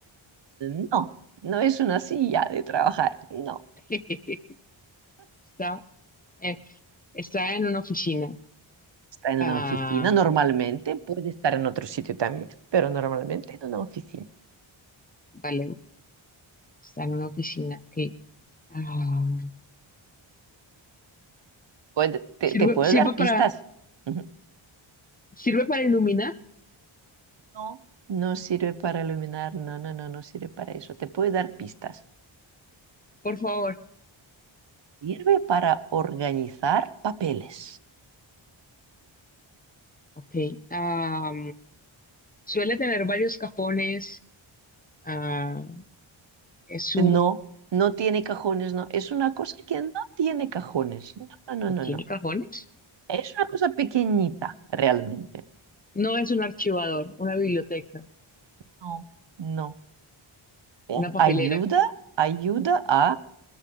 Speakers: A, on the right; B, on the left.
A: No, no es una silla de trabajar, no.
B: <laughs> Está, eh, está en una oficina.
A: Está en
B: Ah,
A: una oficina normalmente, puede estar en otro sitio también, pero normalmente en una oficina.
B: vale, está en una oficina. ok. Ah,
A: Puede- te,
B: sirve,
A: te puede
B: sirve
A: dar pistas.
B: para,
A: Ujú.
B: sirve para iluminar,
A: No. No sirve para iluminar, no, no, no, no sirve para eso. Te puede dar pistas.
B: por favor.
A: Sirve para organizar papeles.
B: Ok. Ah, suele tener varios cajones. Ah, es un,
A: No, no tiene cajones, no. Es una cosa que no tiene cajones. No, no, no,
B: ¿no
A: no,
B: tiene
A: no.
B: cajones?
A: Es una cosa pequeñita, realmente.
B: No es un archivador, una biblioteca,
A: No. No.
B: una
A: Eh,
B: papelera.
A: Ayuda, ayuda a